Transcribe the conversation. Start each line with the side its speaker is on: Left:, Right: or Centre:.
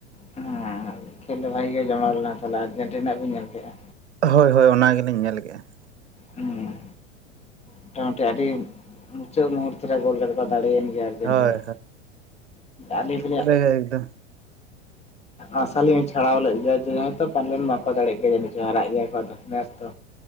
Left: ᱦᱮᱸ ᱠᱷᱮᱞ ᱫᱚ ᱵᱷᱟᱜᱮ ᱜᱮ ᱡᱚᱢᱟᱣ ᱞᱮᱱᱟ ᱛᱟᱦᱞᱮ ᱟᱨᱡᱮᱱᱴᱤᱱᱟᱜ ᱟᱜ ᱵᱤᱱ ᱧᱮᱞ ᱠᱮᱫ ᱟ
Right: ᱦᱚᱭ ᱦᱚᱭ ᱚᱱᱟ ᱜᱮᱞᱤᱧ ᱧᱮᱞ ᱠᱮᱫᱼᱟ ᱾
Left: ᱦᱮᱸ ᱢᱚᱴᱟᱢᱩᱴᱤ ᱟᱹᱰᱤ ᱢᱩᱪᱟᱹᱫ ᱢᱩᱦᱩᱨ ᱨᱮ ᱜᱳᱞ ᱠᱟᱛᱮ ᱠᱚ ᱫᱟᱲᱮᱭᱮᱱ ᱜᱮᱭᱟ ᱟᱨᱡᱮᱱᱴᱤᱱᱟ
Right: ᱦᱳᱭ
Left: ᱟᱹᱞᱤᱧ ᱫᱚᱞᱤᱧ
Right: ᱦᱮ ᱮᱠᱫᱚ
Left: ᱟᱥᱟ ᱞᱤᱧ ᱪᱷᱟᱲᱟᱣ ᱞᱮᱫ ᱜᱮᱭᱟ ᱡᱮ ᱦᱚᱭᱛᱚ ᱯᱟᱞᱮᱱ ᱵᱟᱠᱚ ᱫᱟᱲᱮᱜ ᱜᱮᱭᱟ ᱡᱤᱡᱚᱝ ᱦᱟᱨᱟᱜ ᱜᱮᱭᱟ ᱠᱚ ᱟᱫᱚ ᱱᱮᱥ ᱫᱚ